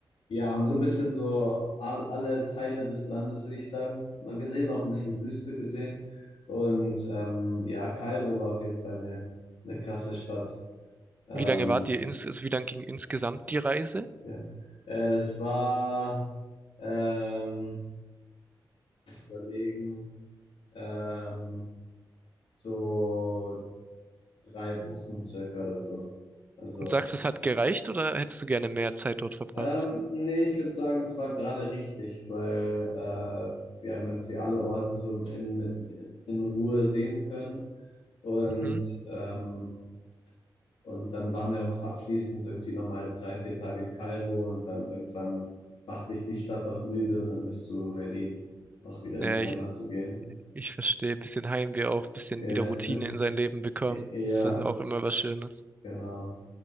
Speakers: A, on the left; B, on the right.
A: ja, haben so ein bisschen so all, alle Teile des Landes, würde ich sagen, mal gesehen, auch ein bisschen Wüste gesehen. Und ähm, ja, Kairo war auf jeden Fall eine, eine krasse Stadt. Ähm,
B: Wie lange wart ihr ins, also wie lang ging insgesamt die Reise?
A: ja. Äh, das war, ähm, überlegen, ähm, so drei Wochen circa oder so. Also
B: Und sagst du, es hat gereicht oder hättest du gerne mehr Zeit dort verbracht?
A: Ähm, nee, ich würde sagen, es war gerade richtig, weil äh, wir haben irgendwie alle Orte so in, in Ruhe sehen können. Und,
B: Mhm.
A: ähm, und dann waren wir auch abschließend irgendwie nochmal drei, vier Tage in Kairo und dann irgendwann macht dich die Stadt auch müde und dann bist du ready, auch wieder in
B: Ja,
A: die Heimat
B: ich,
A: zu gehen.
B: Ich verstehe, bisschen Heimweh auch, bisschen
A: Ja,
B: wieder Routine in sein Leben bekommen.
A: äh,
B: Das
A: ja,
B: ist was- auch immer was Schönes.
A: genau.